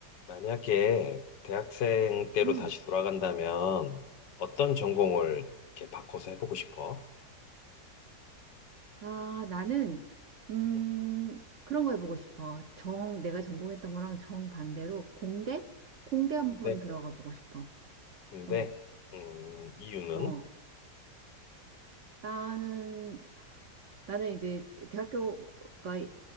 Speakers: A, on the left; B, on the right.
A: 만약에 대학생 때로
B: 응.
A: 다시 돌아간다면 어떤 전공을 이렇게 바꿔서 해보고 싶어?
B: 아, 나는, 음,
A: 어,
B: 그런 거 해보고 싶어. 정, 내가 전공했던 거랑 정반대로 공대? 공대 한번
A: 근데,
B: 들어가 보고 싶어.
A: 근데,
B: 어,
A: 음, 이유는?
B: 어. 나는, 나는 이제 대학교가 예,